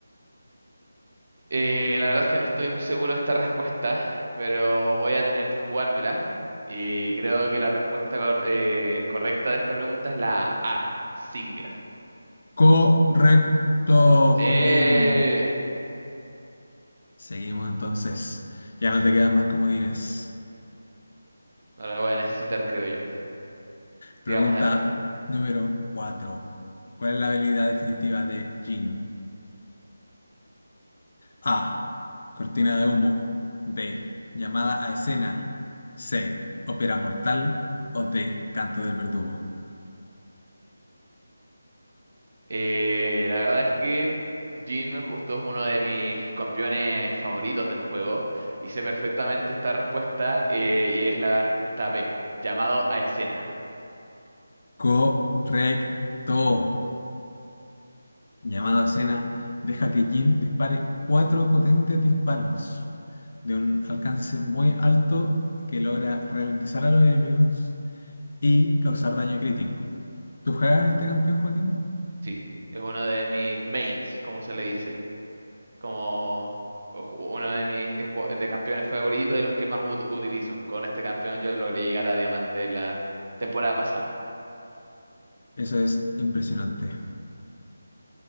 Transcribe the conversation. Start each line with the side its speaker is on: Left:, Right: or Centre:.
Right: Eh, la verdad es que no estoy muy seguro de esta respuesta, pero voy a tener que jugármela. Y creo que la respuesta cor- eh, correcta de esta pregunta es la A, Singer.
Left: Correcto,
Right: Eh,
Left: Joaquín. Seguimos entonces. Ya no te quedan más comodines.
Right: no la voy a necesitar, creo yo.
Left: Pregunta
Right: Sigamos adelante.
Left: número 4. ¿Cuál es la habilidad definitiva de Jin? A. Cortina de humo. B. Llamada a escena. C. Ópera mortal. O D. Canto del verdugo.
Right: Eh, la verdad es que Jin justo es uno de mis campeones favoritos del juego y sé perfectamente esta respuesta eh, y es la respuesta B, llamado a escena.
Left: Correcto. Llamada a escena deja que Jin dispare cuatro potentes disparos de un alcance muy alto que logra ralentizar a los enemigos y causar daño crítico. ¿Tú juegas este campeón, Joaquín?
Right: Sí, es uno de mis mains, como se le dice, como o ju- uno de mis eh, ju- de campeones favoritos y los que más ut- utilizo. Con este campeón yo logré llegar a diamante la temporada pasada.
Left: Eso es impresionante.